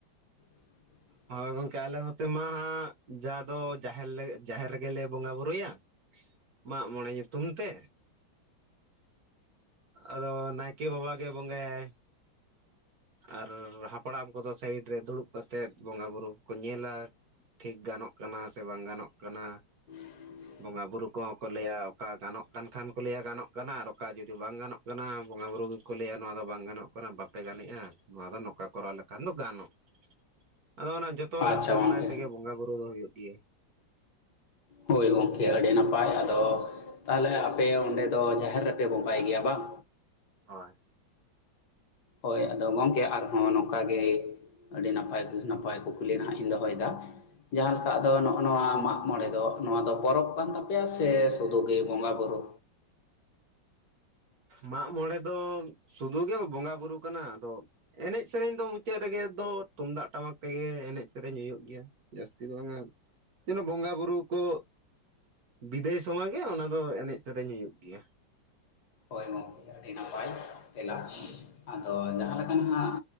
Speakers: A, on the left; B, on the right.
A: <unintelligible>
B: ᱦᱳᱭ ᱜᱚᱝᱠᱮ ᱟᱞᱮ ᱱᱚᱛᱮ ᱢᱟ ᱦᱟᱸᱜ ᱡᱟ ᱫᱚ ᱡᱟᱦᱮᱨ ᱡᱟᱦᱮᱨ ᱨᱮᱜᱮᱞᱮ ᱵᱚᱸᱜᱟ ᱵᱩᱨᱩᱭᱟ ᱢᱟᱜ ᱢᱚᱬᱮ ᱧᱩᱛᱩᱢ ᱛᱮ ᱟᱫᱚ ᱱᱟᱭᱠᱮ ᱵᱟᱵᱟ ᱜᱮ ᱵᱚᱸᱜᱟᱭᱟᱭ᱾ ᱟᱨ ᱦᱟᱯᱲᱟᱢ ᱠᱚᱫᱚ ᱥᱟᱭᱤᱰ ᱨᱮ ᱫᱩᱲᱩᱵ ᱠᱟᱛᱮᱫ ᱵᱚᱸᱜᱟ ᱵᱩᱨᱩ ᱠᱚᱠᱚ ᱧᱮᱞᱟ ᱴᱷᱤᱠ ᱜᱟᱱᱚᱜ ᱠᱟᱱᱟ ᱥᱮ ᱵᱟᱝ ᱜᱟᱱᱚᱜ ᱠᱟᱱᱟ᱾
A: <inaudible>
B: ᱵᱚᱸᱜᱟ ᱵᱩᱨᱩ ᱠᱚᱦᱚᱸ ᱠᱚ ᱞᱟᱹᱭᱟ ᱚᱠᱟ ᱜᱟᱱᱚᱜ ᱠᱟᱱ ᱠᱷᱟᱱ ᱠᱚ ᱞᱟᱹᱭᱟ ᱜᱟᱱᱚᱜ ᱠᱟᱱᱟ ᱟᱨ ᱚᱠᱟ ᱡᱩᱫᱤ ᱵᱟᱝ ᱜᱟᱱᱚᱜ ᱠᱟᱱᱟ ᱵᱚᱸᱜᱟ ᱵᱩᱨᱩ ᱜᱮᱠᱚ ᱞᱟᱹᱭᱟ ᱱᱚᱣᱟ ᱫᱚ ᱵᱟᱝ ᱜᱟᱱᱚᱜ ᱠᱟᱱᱟ ᱵᱟᱯᱮ ᱜᱟᱱᱮᱜᱼᱟ᱾ ᱱᱚᱣᱟ ᱫᱚ ᱱᱚᱝᱠᱟ ᱠᱚᱨᱟᱣ ᱞᱮᱠᱷᱟᱱ ᱫᱚ ᱜᱟᱱᱚᱜ᱾ ᱟᱫᱚ ᱚᱱᱟ ᱡᱚᱛᱚ ᱦᱚᱲ
A: ᱟᱪᱪᱷᱟ
B: ᱞᱟᱜ ᱥᱟᱢᱮᱞᱟᱭ
A: ᱜᱚᱢᱠᱮ
B: ᱛᱮᱜᱮ ᱵᱚᱸᱜᱟ ᱵᱩᱨᱩ ᱫᱚ ᱦᱩᱭᱩᱜ ᱜᱮᱭᱟ᱾
A: ᱦᱳᱭ ᱜᱚᱝᱠᱮ ᱟᱹᱰᱤ ᱱᱟᱯᱟᱭ, ᱟᱫᱚ ᱛᱟᱦᱚᱞᱮ ᱟᱯᱮ ᱚᱸᱰᱮ ᱫᱚ ᱡᱟᱦᱮᱨ ᱨᱮᱯᱮ ᱵᱚᱸᱜᱟᱭ ᱜᱮᱭᱟ ᱵᱟᱝ?
B: ᱦᱳᱭ
A: ᱦᱳᱭ ᱟᱫᱚ ᱜᱚᱝᱠᱮ ᱟᱨᱦᱚᱸ ᱱᱚᱝᱠᱟ ᱜᱮ ᱟᱹᱰᱤ ᱱᱟᱯᱟᱭ ᱱᱟᱯᱟᱭ ᱠᱚᱠᱩᱞᱤ ᱱᱟᱦᱟᱜ ᱞᱤᱧ ᱫᱚᱦᱚᱭᱮᱫᱟ᱾ ᱡᱟᱦᱟᱸ ᱞᱮᱠᱟ ᱟᱫᱚ ᱱᱚᱜᱼᱚ ᱱᱚᱣᱟ ᱢᱟᱜ ᱢᱚᱬᱮ ᱫᱚ ᱱᱚᱣᱟ ᱫᱚ ᱯᱚᱨᱚᱵᱽ ᱠᱟᱱ ᱛᱟᱯᱮᱭᱟ ᱥᱮ ᱥᱩᱫᱷᱩ ᱜᱮ ᱵᱚᱸᱜᱟ ᱵᱩᱨᱩ᱾
B: ᱢᱟᱜ ᱢᱚᱬᱮ ᱫᱚ ᱥᱩᱫᱷᱩ ᱜᱮ ᱵᱚᱸᱜᱟ ᱵᱩᱨᱩ ᱠᱟᱱᱟ, ᱟᱫᱚ ᱮᱱᱮᱡ ᱥᱮᱨᱮᱧ ᱫᱚ ᱢᱩᱪᱟᱹᱫ ᱨᱮᱜᱮ ᱫᱚ ᱛᱩᱢᱫᱟᱜ ᱴᱟᱢᱟᱠ ᱛᱮᱜᱮ ᱮᱱᱮᱡ ᱥᱮᱨᱮᱧ ᱦᱩᱭᱩᱜ ᱜᱮᱭᱟ᱾ ᱡᱟᱹᱥᱛᱤ ᱫᱚ ᱵᱟᱝᱼᱟ, ᱡᱮᱱᱚ ᱵᱚᱸᱜᱟ ᱵᱩᱨᱩ ᱠᱚ ᱵᱤᱫᱟᱹᱭ ᱥᱚᱢᱚᱭ ᱜᱮ ᱚᱱᱟ ᱫᱚ ᱮᱱᱮᱡ ᱥᱮᱨᱮᱧ ᱦᱩᱭᱩᱜ ᱜᱮᱭᱟ᱾
A: ᱦᱚᱭ ᱜᱚᱝᱠᱮ ᱟᱹᱰᱤ ᱱᱟᱯᱟᱭ ᱛᱮᱞᱟᱡᱽ ᱟᱫᱚ ᱡᱟᱦᱟᱸ ᱞᱮᱠᱟ ᱱᱟᱦᱟᱜ